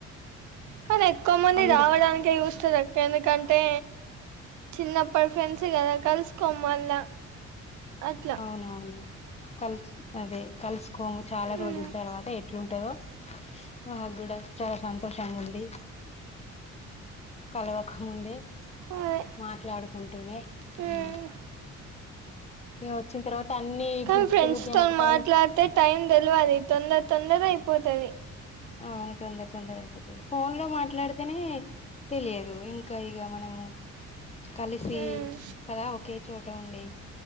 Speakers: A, on the right; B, on the left.
A: కానీ ఎక్కువ మంది
B: అంద
A: రావడానికి చూస్త ఎందుకంటే చిన్నప్పటి ఫ్రెండ్స్ కదా కలుసుకో మళ్ళా అట్లా
B: అవునవును కలిసిఅదే కలిసు కోంగ చాలా
A: ఉమ్,
B: రోజుల తర్వాత ఎట్లుంటదో మాకు కూడా చాలా సంతోషంగా ఉంది కలవకం ముందే
A: అదే
B: మాట్లాడు ఉంటూనే హుమ్మ్
A: ఉమ్.
B: ఈగ వచ్చిన తర్వాత అన్ని
A: కానీ
B: గుర్తులు
A: ఫ్రెండ్స్
B: జ్ఞాపకాలు
A: తో మాట్లాడితే టైమ్ తెలివదు తొందర తొందర అన్నదా ఇపోతుది
B: అవును తొందర తొందర అయిపోతుది ఫోన్ లో మాట్లాడితేనే తెలియదు ఇంకా ఇక మనము కలిసి
A: ఉమ్,
B: కదా ఒకే చోట ఉండి